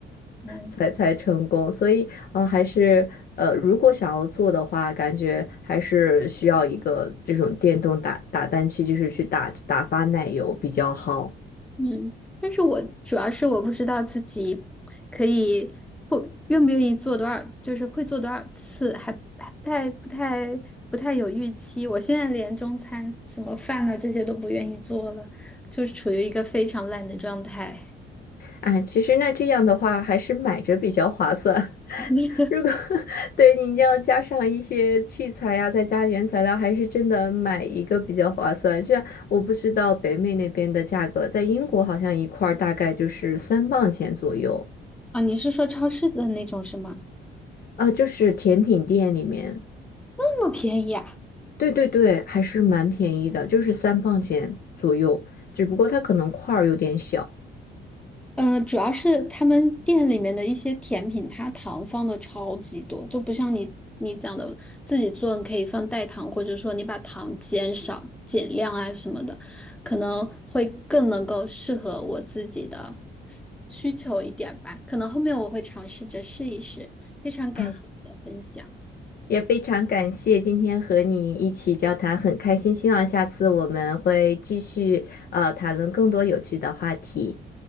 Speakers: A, in the centre; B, on the left (about 50°).
A: 嗯。
B: 才才成功，所以呃，还是呃，如果想要做的话，感觉还是需要一个这种电动打打蛋器，就是去打打发奶油比较好。
A: 嗯，但是我主要是我不知道自己可以不愿不愿意做多少，就是会做多少次，还不还不太不太不太有预期。我现在连中餐什么饭呢这些都不愿意做了，就是处于一个非常懒的状态。
B: 哎，其实那这样的话，还是买着比较划算。
A: <laughs> 你
B: <laughs> 如果 <laughs> 对你要加上一些器材呀、再加原材料，还是真的买一个比较划算。虽然我不知道北美那边的价格，在英国好像一块儿大概就是三磅钱左右
A: 啊，你是说超市的那种是吗？
B: 啊，就是甜品店里面。
A: 那么便宜啊？
B: 对对对，还是蛮便宜的，就是三磅钱左右，只不过它可能块儿有点小
A: 嗯，呃主要是他们店里面的一些甜品，它糖放的超级多，就不像你你讲的自己做，你可以放代糖，或者说你把糖减少、减量啊什么的，可能会更能够适合我自己的需求一点吧。可能后面我会尝试着试一试。非常感谢你的分享，
B: 啊。也非常感谢今天和你一起交谈，很开心，希望下次我们会继续呃谈论更多有趣的话题。